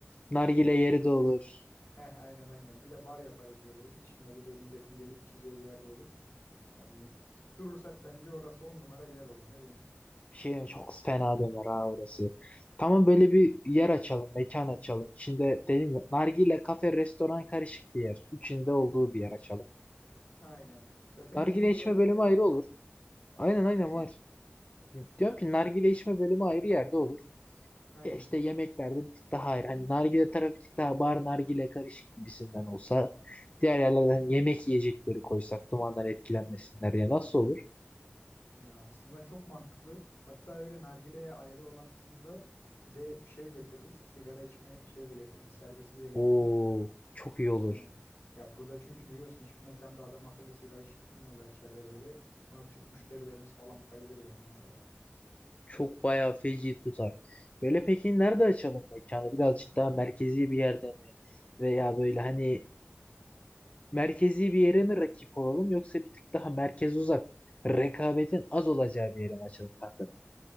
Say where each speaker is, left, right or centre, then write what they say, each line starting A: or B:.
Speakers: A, on the left; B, on the left.
A: nargile
B: geceleyin
A: yeri
B: de böyle
A: de olur.
B: heh aynen aynen bir de bar yaparız böyle içinde bir de milletin gelip içeceği bir yerde olur. Yani tutturursak bence orası on numara bir yer olur ne diyorsun?
A: Bir şey çok fena döner ha orası. Tamam böyle bir yer açalım, mekan açalım. İçinde dedim ya nargile kafe, restoran karışık bir yer. Üçünde olduğu bir yer açalım.
B: Aynen zaten
A: Nargile
B: bizim burada
A: içme
B: öyle
A: bölümü
B: bir yer
A: ayrı
B: var ya
A: olur. Aynen aynen
B: nasıl?
A: var. Diyorum ki nargile içme bölümü ayrı yerde olur.
B: Aynen
A: Ya işte yemeklerde bir tık daha ayrı. Hani nargile tarafı bir tık daha bar nargile karışık gibisinden olsa diğer yerlerden yemek yiyecekleri koysak dumandan etkilenmesinler ya nasıl olur?
B: ya aslında çok mantıklı hatta öyle nargileye ayrı olan kısımda bir de bir şey getiririz sigara içme şeyi de getiririz serbestliği de getiririz.
A: Oo çok iyi olur.
B: Aynen. Ya burada çünkü biliyorsun hiçbir mekanda adam akıllı sigara içmiyorlar içeride böyle. Ona Türk müşterilerimiz falan bayılır yani olaya.
A: Çok bayağı feci tutar. Böyle peki nerede açalım mekanı? Birazcık daha merkezi bir yerde mi? Veya böyle hani merkezi bir yere mi rakip olalım yoksa bir tık daha merkez uzak rekabetin az olacağı bir yere mi açalım kanka?